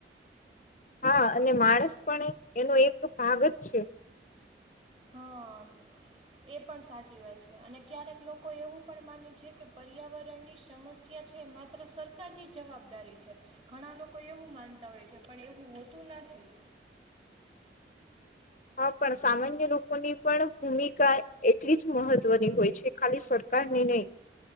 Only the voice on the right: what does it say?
હા, એ પણ સાચી વાત છે અને ક્યારેક લોકો એવું પણ માને છે કે પર્યાવરણની સમસ્યા છે, માત્ર સરકારની જવાબદારી છે, ઘણા લોકો એવું માનતા હોય છે પણ એવું હોતું નથી